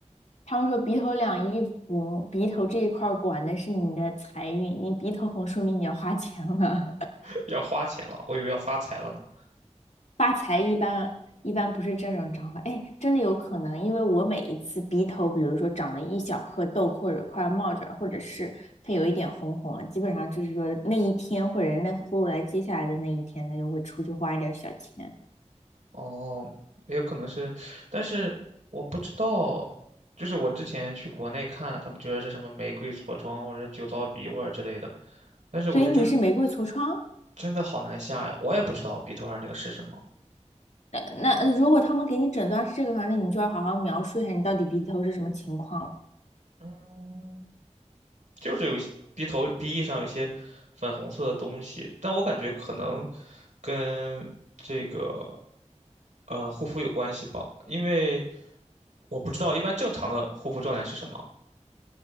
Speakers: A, on the left; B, on the right.
A: 他们说鼻头两翼红，鼻头这一块儿管的是你的财运，你鼻头红说明你要花钱了。
B: <laughs> 要花钱了，我以为要发财了呢。
A: <laughs> 发财一般一般不是这种长法，哎，真的有可能，因为我每一次鼻头，比如说长了一小颗痘，或者快要冒出来，或者是它有一点红红了，基本上就是说那一天或者那后来接下来的那一天，它就会出去花一点小钱。
B: 哦，也有可能是，但是我不知道，就是我之前去国内看，他们觉得是什么玫瑰痤疮或者酒糟鼻或者之类的，但是我觉得这个
A: 所以你是玫瑰痤疮？
B: 真的好难下呀，我也不知道鼻头上这个是什么。
A: 那那呃如果他们给你诊断是这个的话，那你就要好好描述一下你到底鼻头是什么情况了。
B: 嗯就是有一些鼻头鼻翼上有一些粉红色的东西，但我感觉可能跟这个呃护肤有关系吧，因为我不知道一般正常的护肤状态是什么。